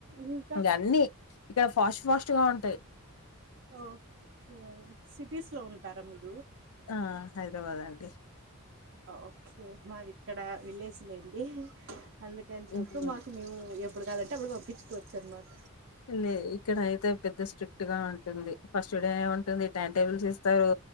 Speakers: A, on the right (about 50°); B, on the left (about 80°).
A: ఇంకా
B: ఇంగా అన్ని ఇక్కడ ఫాస్ట్ ఫాస్ట్ గా ఉంటాయి
A: ఓకే సిటీస్ లో ఉంటారా మీరు
B: ఆ హైదరాబాద్ అండి
A: ఓకే మాది ఇక్కడ విలేజ్లేండి అందుకని
B: హ్మ్.
A: చెప్పి మాకు మేము ఎప్పుడు కావాలంటే అప్పుడు పంపించుకోవచ్చు అన్నమాట
B: లే ఇక్కడ అయితే పెద్ద స్ట్రిక్ట్ గా ఉంటుంది ఫస్ట్ డే ఉంటుంది టైమ్ టేబుల్స్ ఇస్తారు